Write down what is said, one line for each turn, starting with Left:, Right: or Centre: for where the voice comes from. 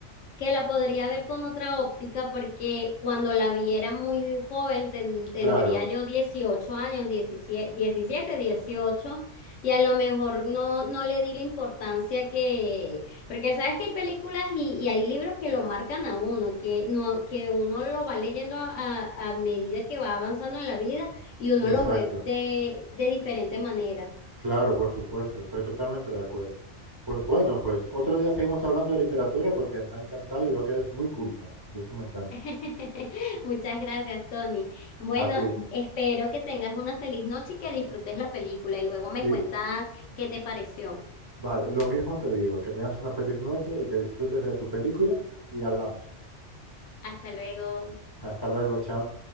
Left: que la podría ver con otra óptica porque cuando la viera muy joven ten- tendría
Right: claro,
Left: yo 18 años, diecisiete, 17, 18 y a lo mejor no, no le di la importancia que, porque sabes que hay películas y, y hay libros que lo marcan a uno, que, no, que uno lo va leyendo a, a- a medida que va avanzando en la vida y uno
Right: exacto.
Left: lo ve de, de diferente manera.
Right: Claro, por supuesto, estoy totalmente de acuerdo. Pues bueno, pues otro día seguimos hablando de literatura porque me ha encantado y veo que eres muy culta y eso me encanta.
Left: <laughs> Muchas gracias, Tony. Bueno,
Right: A ti.
Left: espero que tengas una feliz noche y que disfrutes la película y luego me
Right: Y
Left: cuentas qué te pareció.
Right: vale, lo mismo te digo, que tengas una feliz noche y que disfrutes de tu película y hablamos.
Left: Hasta luego.
Right: Hasta luego, chao.